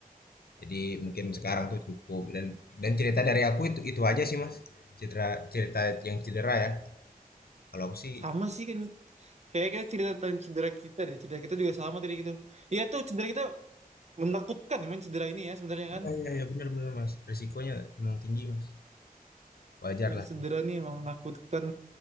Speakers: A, on the left; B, on the right.
A: Jadi mungkin sekarang
B: Ah,
A: tuh cukup dan dan cerita dari aku itu itu aja sih mas. Cedera cerita yang cedera ya. Kalau aku sih
B: Sama sih kan. Kayaknya kita cerita tentang cedera kita deh. Cedera kita juga sama tadi gitu. Iya tuh, cedera kita menakutkan emang cedera ini ya sebenarnya kan.
A: Iya iya iya, benar-benar Mas, risikonya emang tinggi, Mas, wajar
B: Kondisi
A: lah,
B: cedera ini emang menakutkan.